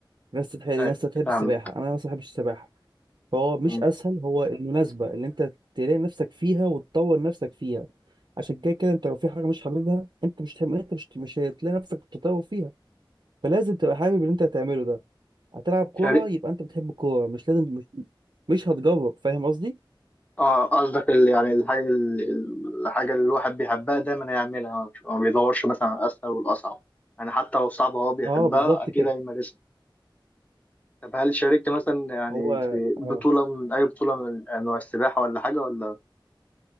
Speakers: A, on the right; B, on the left.
A: ناس تحب ناس
B: آه،
A: تحب
B: فاهمك
A: السباحه انا مثلا ما بحبش السباحه فهو مش
B: م.
A: اسهل هو المناسبه اللي انت تلاقي نفسك فيها وتطور نفسك فيها عشان كده كده انت لو في حاجه مش حاببها انت مش هتحب- انت مش مش هتلاقي نفسك بتتطور فيها فلازم تبقى حابب اللي انت هتعمله ده هتلعب كورة
B: شارك
A: يبقى انت بتحب الكورة مش لازم مش مش هتجرب فاهم قصدي؟
B: اه قصدك ال- يعني الحاجة ال- ال- الحاجة اللي الواحد بيحبها دايما هيعملها مش- ما بيدورش مثلا على الاسهل والاصعب يعني حتى لو صعبة هو بيحبها
A: اه بالظبط
B: اكيد
A: كده
B: هيمارسها طب هل شاركت مثلا يعني
A: هو
B: في
A: اه
B: بطولة من أي بطولة من أنواع السباحة ولا حاجة ولا